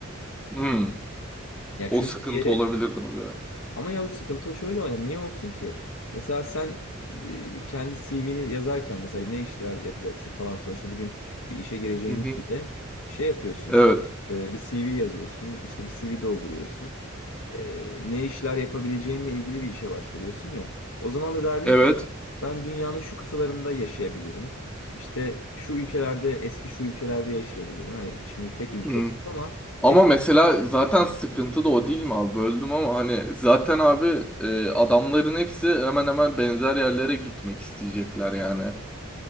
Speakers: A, in the centre; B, on the left.
A: Hmm.
B: Ya
A: O
B: çünkü
A: sıkıntı
B: bir yere
A: olabilirdi tabii ya.
B: Ama ya sıkıntı o şöyle o, yani niye olsun ki? Mesela sen e, kendi CV'ni yazarken mesela ne işler yapacaksın falan sonuçta bugün bir işe gireceğinde
A: Hı hı.
B: bile şey yapıyorsun.
A: Evet.
B: E, bir CV yazıyorsun, işte bir CV dolduruyorsun. E, ne işler yapabileceğinle ilgili bir işe başvuruyorsun ya. O zaman da derdin
A: Evet.
B: ki ben dünyanın şu kıtalarında yaşayabilirim. İşte şu ülkelerde, eski şu ülkelerde yaşayabilirim. Hani şimdi tek ülke
A: Hı.
B: oldu ama
A: Ama
B: eskiden
A: mesela zaten sıkıntı da o değil mi abi? Böldüm ama hani zaten abi e, adamların hepsi hemen hemen benzer yerlere gitmek isteyecekler yani.